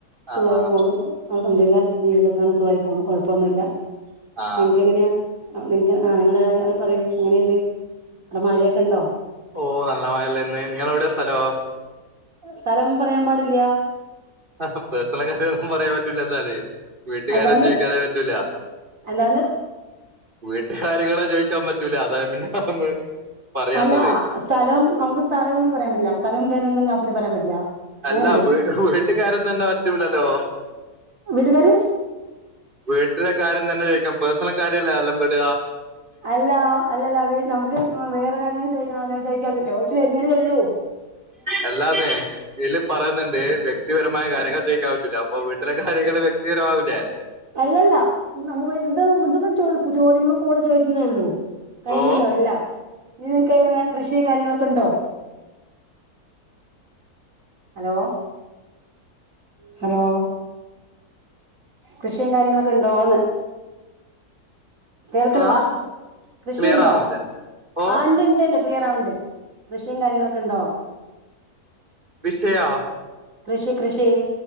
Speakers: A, on the right; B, on the right.
A: സുഖായി
B: ആ ആ
A: പോണു അൽഹംദുലില്ല ജീവിതക്കാണ് സുഖായി പോണു കൊഴപ്പൊന്നുല്ല
B: ആ
A: എങ്കെങ്ങനെയാ അടെ നിങ്ങക്ക് ആ നിങ്ങള് അത് പറയൂ എങ്ങനെണ്ട് അവിടെ മഴയൊക്കെ ഉണ്ടോ?
B: ഓ നല്ല മഴല്ലേന്ന് നിങ്ങളെവിടെ സലോ?
A: സ്ഥലം പറയാൻ പാടില്ല
B: ആ പേഴ്സണൽ കാര്യങ്ങളൊന്നും പറയാൻ പറ്റില്ല ന്താലേ വീട്ടുകാരും
A: എന്താണ്
B: ചോയിക്കാനേ പറ്റൂല.
A: എന്താണ്
B: വീട്ടുകാര്യങ്ങള് ചോദിക്കാൻ പറ്റൂല അതായ പിന്നെ <unintelligible> പറയാത്തത്
A: അല്ല സ്ഥലം നമുക്ക് സ്ഥലമൊന്നും പറയാൻ പറ്റില്ല സ്ഥലം പേരൊന്നും കാപ്പിലിൽ പറയാൻ പറ്റില്ല അങ്ങനെയുണ്ട്
B: അല്ല വീ വീട്ടുകാരെ തന്നെ പറ്റൂല്ലല്ലോ
A: വീട്ടുകാര്
B: വീട്ടിലെ കാര്യം തന്നെ ചോയിക്കാം പേഴ്സണൽ കാര്യംല്ലേ എല്ലാം വീട.
A: അല്ല അല്ലല്ല നമുക്ക് വേറെ കാര്യങ്ങും ചോയിക്കണല്ലങ്ക ചോക്കാൻ പറ്റോ കൊയ്ച്ച് വരുന്നല്ലേള്ളൂ
B: അല്ലാതെ ഇതില് പറയുന്നുണ്ട് വ്യക്തിപരമായ കാര്യങ്ങൾ ചൊയ്ക്ക റ്റുല അപ്പൊ വീട്ടിലെ കാര്യങ്ങള് വ്യക്തികരമാവില്ലേ
A: അല്ലല്ല നമ്മ <unintelligible> ചോദിക്കുമ്പോ കൂടെ ചോദിക്കുന്നേ ഉള്ളൂ. കഴിഞ്ഞല്ലോ
B: ഓ
A: എല്ല ഇനി നിനക്ക് എങ്ങനെ കൃഷിയും കാര്യങ്ങളൊക്കെ ഉണ്ടോ ഹലോ ഹലോ കൃഷിയും കാര്യങ്ങളൊക്കെ ഉണ്ടോന്ന്? കേൾക്ക്ണില്ല
B: ന്നാ
A: കൃഷിയുണ്ടോ?
B: ക്ലിയർ ആവുന്നില്ല ഓ
A: ആ ഇണ്ട് ണ്ട് ണ്ട് കൃഷിയും കാര്യങ്ങളൊക്കെ ഉണ്ടോ?
B: വിഷയ
A: കൃഷി കൃഷി